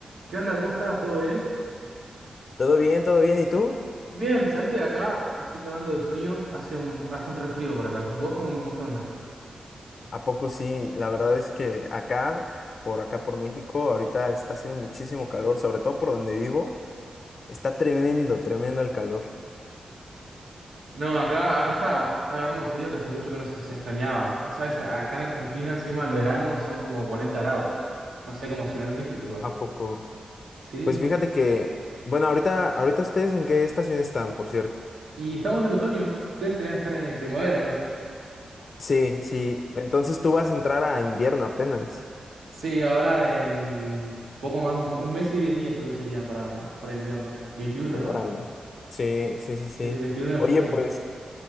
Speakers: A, on the right; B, on the left.
A: ¿Qué onda? ¿Cómo estás? ¿Todo bien?
B: Todo bien, todo bien. ¿Y tú?
A: Bien, ¿sabés que acá me estoy cagando de frío? Hace un, hace un refrío por acá. ¿Vos cómo, vos qué onda?
B: ¿A poco sí? La verdad es que acá, por acá por México, ahorita está haciendo muchísimo calor, sobre todo por donde vivo. Está tremendo, tremendo el calor.
A: No, acá, acá está, está agarrando un frío que hace mucho que no se, se extrañaba. ¿No sabes? A- Acá en Argentina encima el verano son como 40 grados. No sé cómo será en México igual.
B: ¿A poco?
A: Sí.
B: Pues fíjate que, bueno, ahorita, ahorita ustedes en qué estación están, por cierto.
A: Y estamos en otoño. ¿Ustedes deberían estar en, en primavera o no?
B: Sí, sí. Entonces tú vas a entrar a invierno apenas.
A: Sí, ahora en poco más de un, me- un mes y 10 días creo que serían para, para invierno. 21,
B: Órale.
A: ¿no?
B: Sí, sí, sí,
A: Sí,
B: sí.
A: Veintiuno de junio.
B: Oye, pues.